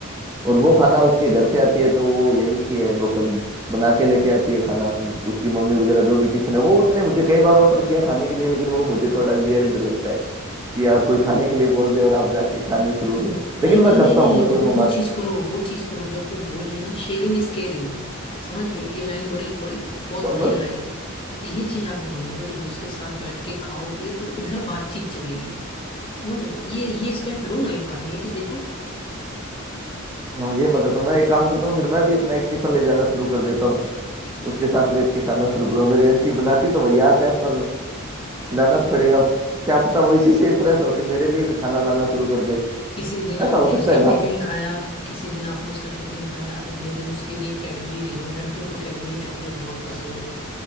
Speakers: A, on the right; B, on the left.
A: और वो खाना उसके घर से आती है तो वो यहीं की है लोकल बना के लेके आती है खाना उ- उसकी मम्मी वगैरह जो भी टिफिन है वो उसने मुझे कई बार ऑफर किया खाने के लिए लेकिन वो मुझे थोड़ा वियर्ड लगता है कि यार कोई खाने के लिए बोल दे और आप जाके खाने शुरू हो जाओ
B: नहीं
A: लेकिन
B: नहीं
A: मैं करता
B: नहीं नहीं
A: हूँ मतलब
B: वो वो चीज करो वो चीज करो जब वो बोल रही है ना शेयरिंग इज केयरिंग समझ रहे हो ये लाइन बड़ी बड़ी बहुत
A: हमारा
B: बढ़िया लाइन है तो ये चीज आपको करनी पड़ेगी उसके साथ बैठ के खाओ पियो तो उधर बातचीत चलेगी समझ रहे हो ये ये स्टेप लो ना एक बार लेके देखो
A: हाँ ये मैं करता हूँ मैं एक काम करता हूँ फिर मैं भी अपना एक टिफिन ले जाना शुरू कर देता हूँ उसके साथ बैठ के खाना शुरू करूँ मेरी आंटी बनाती तो वही आता है पर खिलाना तो पड़ेगा क्या पता वो इसी से इम्प्रेस होके मेरे लिए भी खाना लाना शुरू कर दे
B: किसी दिन आपने
A: ऐसा हो सकता
B: उसके
A: है ना
B: टिफिन खाया किसी दिन आपने उसका टिफिन खाया अगले दिन उसके लिए कैडबरी ले जाओ लड़कियों को कैडबरी चॉकलेट बहुत पसंद होती